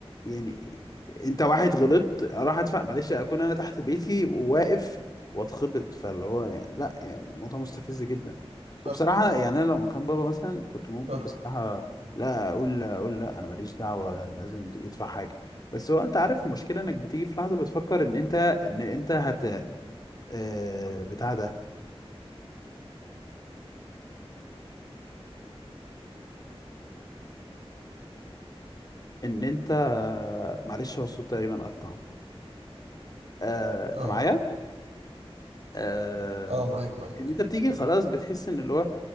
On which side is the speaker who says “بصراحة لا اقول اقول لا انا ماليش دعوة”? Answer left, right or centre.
Left